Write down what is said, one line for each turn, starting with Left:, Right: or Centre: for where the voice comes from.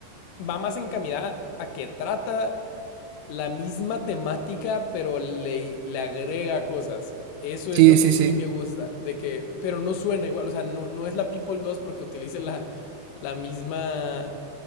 Left: va más encaminada a que trata la misma temática, pero le, le agrega cosas. Eso
Right: Sí,
Left: es lo
Right: sí,
Left: que sí
Right: sí.
Left: me gusta, de que, pero no suena igual, o sea, no, no es la People 2 porque utilice la, la misma,